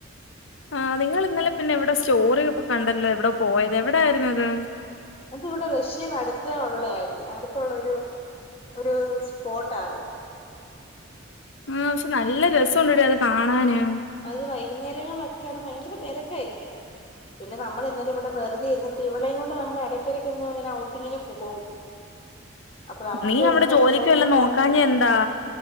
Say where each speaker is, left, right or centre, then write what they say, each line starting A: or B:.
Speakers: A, on the left; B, on the left.
A: ആഹ് നിങ്ങൾ ഇന്നലെ പിന്നെ എവിടെ സ്റ്റോറി പ്പ് കണ്ടല്ലോ എവ്ടെപോയത് എവിടെ ആയിരുന്നത്?
B: അത് ഇവിടെ റഷ്യയിലെ അടുത്തെ ഉള്ളെ ആയിരുന്നു അടുത്തുള്ളൊരു ഒരൂ സ്പോട്ടാണ്
A: ആഹ് പക്ഷെ നല്ല രസ ഉണ്ടടി അത് കാണാന്
B: അത് വൈകുന്നേരങ്ങളിലൊക്കെ അവിടെ ഭയങ്കര തെരക്കായിരിക്കും. പിന്നെ നമ്മളിന്നലെ ഇവടെ വെറുതെയിര്ന്നിട്ട് ഇവളെയും കൊണ്ട് നമ്മൾ എടയ്ക്കിടയ്ക്കൊന്ന് ഇങ്ങനെ ഔട്ടിങ്ങിന് പോവും. അപ്പം നമ്മക്ക്
A: നീ
B: ഇരുന്ന്
A: അവിടെ ജോലിക്ക്
B: സംസാരിക്കാൻ
A: വല്ലോം നോക്കാഞ്ഞെ
B: സമയില്ല
A: എന്താ